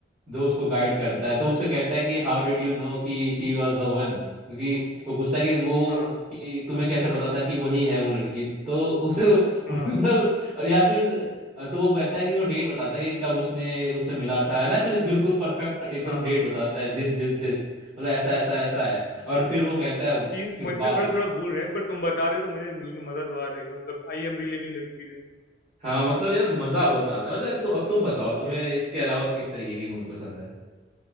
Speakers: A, on the right; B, on the left.
A: जो उसको गाइड करता है तो उससे कहता है कि हाउ डिड यू नो कि शी वॉज द वन क्योंकि वो पूछता है कि वो
B: हाँ
A: कि तुम्हें कैसे पता था कि वही है वो लड़की तो उसे <laughs>
B: हाँ
A: मतलब या फिर अ, तो वो कहता है कि वो डेट बताता
B: हम्म,
A: है कि कब उसने उससे मिला था है ना कुछ बिल्कुल परफेक्ट एकदम
B: हाँ
A: डेट बताता है दिस दिस दिस मतलब ऐसा ऐसा ऐसा है और फिर वो कहता है
B: सीन्स
A: कि वाह
B: मुझसे थोड़ा थोड़ा भूल रहे हैं पर तुम बता रहे हो तो मुझे बिल्कुल मजा तो आ रहा है कि मतलब I am relieving experience
A: हाँ मतलब यार मजा बहुत आता है मतलब तो अब तुम बताओ तुम्हें
B: Hmm
A: इसके अलावा किस तरीके की मूवी पसंद है